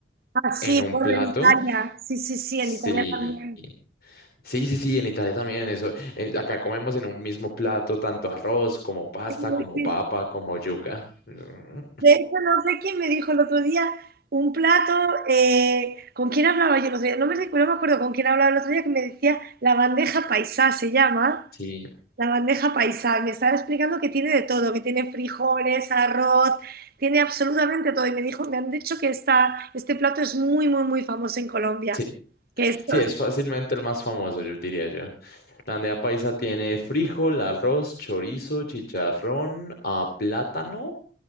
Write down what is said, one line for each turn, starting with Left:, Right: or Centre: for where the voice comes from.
Right: Ah, sí,
Left: En un
Right: bueno,
Left: plato,
Right: en Italia. Sí, sí, sí,
Left: sí.
Right: en Italia también.
Left: Sí, sí, sí, en Italia también eso. eh, acá comemos en un mismo plato tanto arroz como pasta,
Right: Sí,
Left: como
Right: sí.
Left: papa, como yuca. <laughs> Mm,
Right: De hecho, no sé quién me dijo el otro día un plato. eh, ¿con quién hablaba yo el otro día? No me recuerdo, no me acuerdo con quién hablaba el otro día que me decía la bandeja paisá, se llama.
Left: Sí,
Right: La bandeja paisá. Y Me estaba explicando que tiene de todo, que tiene frijoles, arroz, tiene absolutamente todo. Y me dijo, me han dicho que esta, este plato es muy, muy, muy famoso en Colombia.
Left: sí,
Right: Que esto,
Left: sí, es fácilmente el más famoso, yo diría yo. La bandeja paisa tiene frijol, arroz, chorizo, chicharrón, ah, plátano